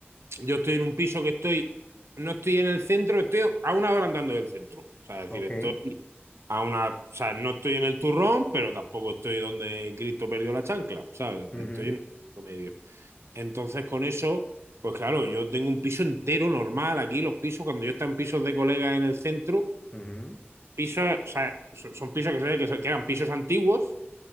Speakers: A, on the right (about 80°); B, on the left (about 30°).
A: yo estoy en un piso que estoy, no estoy en el centro, estoy a una hora andando del centro, o sea, es
B: ok,
A: decir, estoy a una, o sea, no estoy en el turrón, pero tampoco estoy donde Cristo perdió la chancla, ¿sabes?
B: ujú,
A: Estoy en el medio. Entonces, con eso, pues claro, yo tengo un piso entero normal aquí, los pisos, cuando yo estaba en pisos de colegas en el centro,
B: ujú,
A: pisos, o sea, son, son pisos que, se ve que, son- que eran pisos antiguos,